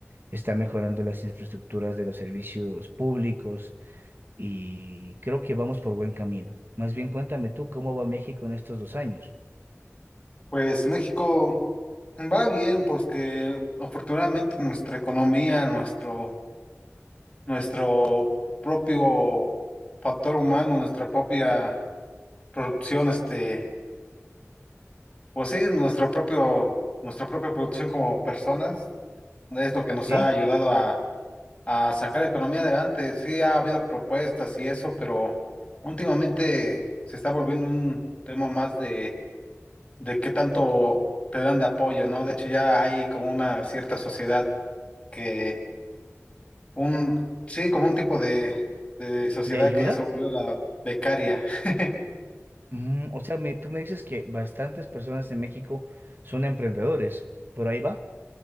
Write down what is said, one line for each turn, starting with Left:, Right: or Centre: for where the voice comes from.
Right: está mejorando las infraestructuras de los servicios públicos y creo que vamos por buen camino. Más bien cuéntame tú cómo va México en estos dos años,
Left: Pues México. Va bien, pues que afortunadamente nuestra economía, nuestro, nuestro propio factor humano, nuestra propia producción, este, pues sí, nuestra propio, nuestra propia producción como personas, es lo que nos
Right: ¿ok?
Left: ha ayudado a, a sacar la economía adelante. Sí ha habido propuestas y eso, pero últimamente se está volviendo un tema más de, de qué tanto te dan de apoyo, ¿no? De hecho, ya hay como una cierta sociedad que Un, sí, como un tipo de, de sociedad
Right: ¿De ayuda?
Left: que ya Eh, se volvió la becaria. <laughs>
Right: Mm, o sea, me- tú me dices que bastantes personas en México son emprendedores, ¿por ahí va?